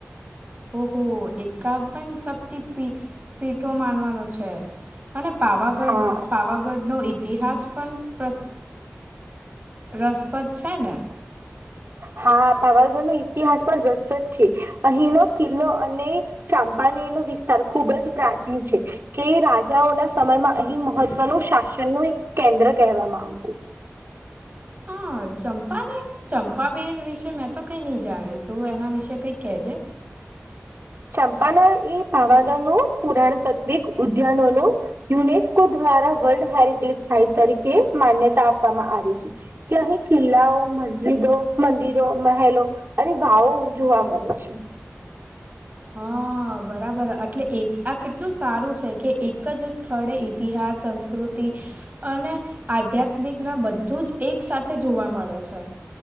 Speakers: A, on the right; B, on the right.
A: ઓહો એકાવન શક્તિ પી પીઠો માનવાનો છે. અને પાવાગઢ
B: હા
A: પાવાગઢનો ઇતિહાસ પણ <unintelligible> રસપદ છેને!
B: હા પાવાગઢ નો ઇતિહાસ પણ રસપ્રદ છે, અહીંનો કિલ્લો અને ચાંપાનેર નો વિસ્તાર ખુબ જ પ્રાચીન છે. કે રાજાઓના સમયમાં અહીં મહત્વનું શાસનનું એક કેન્દ્ર કહેવામાં આવતું.
A: હા ચંપાનેર ચંપાવેર વિશે મેં તો કઈ નહી જાણ્યું તું એના વિશે કઈ કે છે?
B: ચાંપાનેર એ પાવાગઢ નું પુરાણ તત્વિક ઉદ્યાનો <unintelligible> યુનેસ્કો દ્વારા વર્લ્ડ હેરિટેજ સાઈટ તરીકે માન્યતા આપવામાં આવી છે. તહી કિલ્લાઓ મસ્જિદો મંદિરો, મહેલો, અને વાવો જોવા મળે છે.
A: હા બરાબર એટલે એક આ કેટલું સારું છે, કે એક જ સ્થળે ઇતિહાસ સંસ્કૃતિ અને આધ્યાત્મિક ના બધું જ એક સાથે જોવા મળે છે.